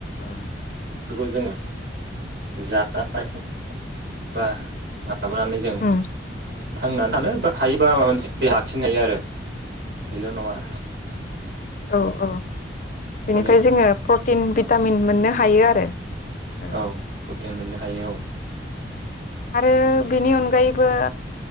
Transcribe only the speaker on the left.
ओ।
उम
औ औ। बेनिफ्राय
जोंङो प्रटिन भिटामिन मोननो हायो आरो ओ
आरो बिनि अन गायैबो